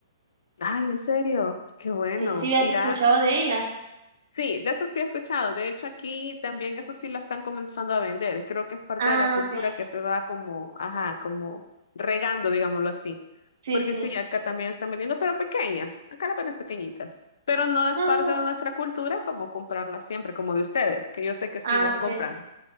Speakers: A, on the left; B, on the right.
A: Ay, en serio, qué bueno.
B: Sí, sí has
A: Y
B: escuchado
A: ya,
B: de ella.
A: Sí, de eso sí he escuchado. De hecho, aquí también eso sí la están comenzando a vender. Creo que es parte
B: Ah,
A: de la cultura
B: ok.
A: que se va como, ajá, como regando, digámoslo así.
B: Sí,
A: Porque
B: sí.
A: sí, acá también están vendiendo, pero pequeñas. Acá las venden pequeñitas. Pero no es
B: No,
A: parte de nuestra cultura como comprarlas siempre, como de ustedes, que yo sé que sí
B: ah,
A: las compran.
B: ok.